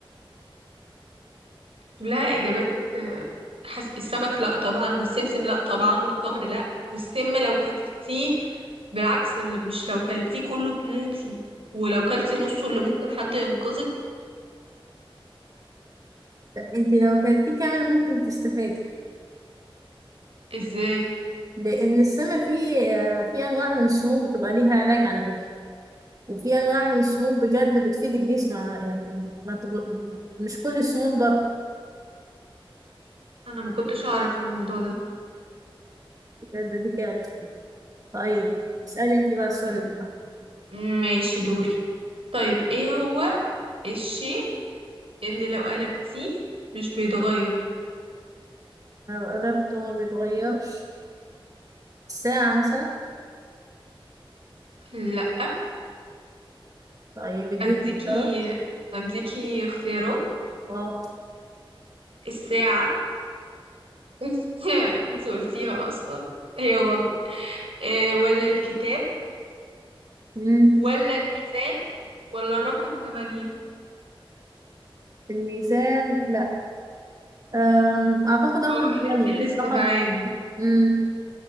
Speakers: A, on the right; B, on the right.
A: كلها إجابات آه، حس... السمك لا طبعا والسمسم لا طبعا والتمر لا والسم لو كلتيه بالعكس ال- مش لو كلتيه كله تموتي ولو كلتي نصه اللي ممكن حد ينقذك
B: انت لو كلتيه كامل ممكن تستفادي
A: ازاي
B: لان السم فيه آه، فيه انواع من السموم بتبقى ليها علاج على فكرة وفي انواع من السموم بجد بتفيد الجسم يعني ما تغل... مش كل السموم ضر
A: انا ما كنتش اعرف الموضوع ده
B: بجد دي تعرف طيب اسألي انت بقى السؤال
A: م-
B: ده
A: ماشي دوري طيب ايه هو الشيء اللي لو قلبتيه مش بيتغير
B: لو قلبت ما بيتغيرش ساعة مثلا
A: لا
B: طيب اديني
A: اديكي
B: اختيارات
A: اديكي اختيارات
B: اه
A: الساعة <laughs> انت قلتيها اصلا هي غلط إيه ولا الكتاب
B: أمم.
A: ولا الميزان ولا الرقم 8
B: الميزان لا أم، اعتقد رقم
A: اه
B: التلج
A: احلي بالاستبعاد
B: رقم امم